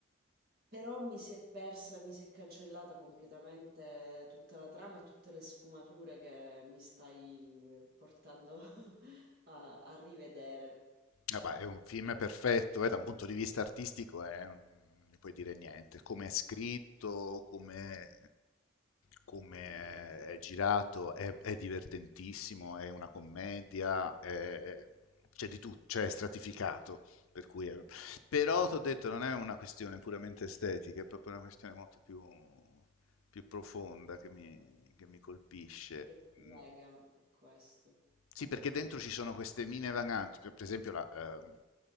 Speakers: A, on the right; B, on the left.
A: però mi si è persa, mi si è cancellata completamente tutta la trama e tutte le sfumature che mi stai portando <laughs> a, a rivedere.
B: Eh beh, è un film perfetto, eh, da un punto di vista artistico è un- non ne puoi dire niente. Come è scritto, come, come
A: Vabbè, sì.
B: è girato, è, è divertentissimo, è una commedia, è- c'è di tutto, cioè è stratificato. Per cui è- Però ti ho detto, non è una questione puramente estetica, è proprio una questione molto più più profonda che mi, che mi colpisce.
A: Che ti
B: Mm.
A: lega a questo.
B: Sì, perché dentro ci sono queste mine vaganti, per per esempio la, ehm,